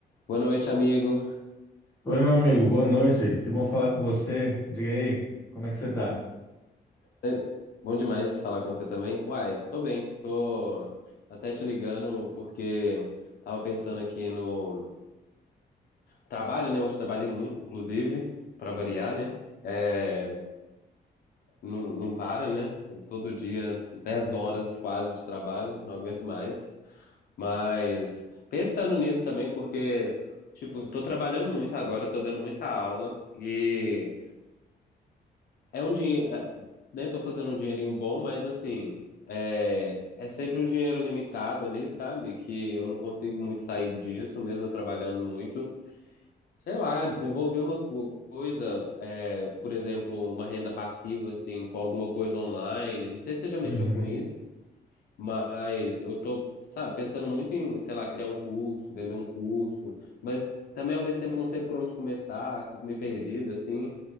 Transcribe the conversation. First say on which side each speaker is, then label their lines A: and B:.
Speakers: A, on the left (about 60°); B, on the left (about 15°).
A: Boa noite, amigo.
B: Oi, meu amigo, boa noite. Que bom falar com você. Diga aí, como é que você tá?
A: É, Bom demais falar com você também. Uai, tô bem. Tô até te ligando porque tava pensando aqui no trabalho, né? Hoje trabalhei muito, inclusive, pra variar, né? É, não, não para, né? Todo dia, 10 horas quase de trabalho, não aguento mais. Mas pensando nisso também, porque, tipo, tô trabalhando muito agora, tô dando muita aula e. É um dinheiro, né? Tô fazendo um dinheirinho bom, mas assim, é, é sempre um dinheiro limitado ali, sabe? Que eu não consigo muito sair disso, mesmo eu trabalhando muito. Sei lá, desenvolver uma co- coisa, é, por exemplo, uma renda passiva, assim, com alguma coisa online. Não sei se você já mexeu
B: Uhum,
A: com isso, mas eu tô, sabe, pensando muito em, sei lá, criar um curso, vender um curso, mas também ao mesmo tempo não sei por onde começar, fico meio perdido, assim.